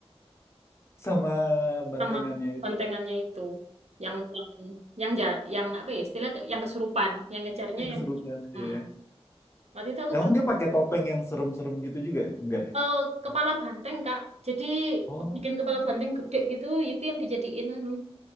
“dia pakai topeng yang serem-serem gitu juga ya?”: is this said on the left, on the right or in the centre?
Left